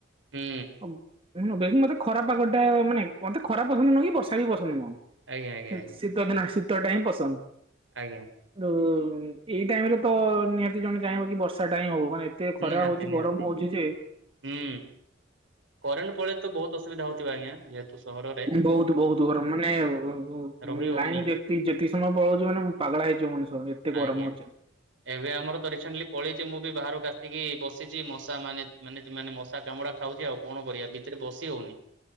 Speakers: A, on the right (about 75°); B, on the right (about 30°).
A: ହୁଁ
B: ଆଉ ଉଁ ଉଁ ହୁଁ ବେଶୀ ମତେ ଖରା ପାଗଟା ମାନେ ମତେ ଖରା ପସନ୍ଦ ନୁଅଁ କି ବର୍ଷା ବି ପସନ୍ଦ ନୁଅଁ।
A: ଆଜ୍ଞା ଆଜ୍ଞା
B: ଶୀତ୍
A: ଆଜ୍ଞା
B: ଶୀ ତ ଦିନ ଶୀତଟା ହିଁ ପସନ୍ଦ।
A: ଆଜ୍ଞା।
B: <unintelligible> ଏଇ ଟାଇମରେ ତ ନିହାତି ଜଣେ ଚାହିଁବ କି ବର୍ଷାଟା ହିଁ ହଉ ମାନେ ଏ ଏତେ ଖରା
A: ନିହାତି
B: ହଉଚି
A: ନିହାତି
B: ଗରମ ହଉଚି ଯେ
A: ହୁଁ କରେଣ୍ଟ ପଳେଇ ତ ବୋହୁତ ଅସୁବିଧା ହଉଥିବ ଆଜ୍ଞା ଯେହେତୁ ସହରର୍-
B: ବୋହୁତ ବୋହୁତ ଗରମ ମାନେ <unintelligible>
A: ରହି
B: ମାନେ
A: ହଉନି
B: ଲାଇନ୍ ଯେତି ଯେତିିକି ସମୟ ପଳଉଚି ମାନେ ପାଗେଳା ହେଇଯିବ ମଣିଷ। ଏତେ ଗରମ
A: ଆଜ୍ଞା।
B: ହଉଚି।
A: ଏବେ ଆମର ତ ରିସେଣ୍ଟଲି ପଳେଇଛି ମୁଁ ବି ବାହାରକୁ ଆସିକି ବସିଛି ମଶା ମାନେ ମାନେ ମାନେ ମଶା କାମୁଡା ଖାଉଛି ଆଉ କଣ କରିବା ଭିତରେ ବସି ହଉନି।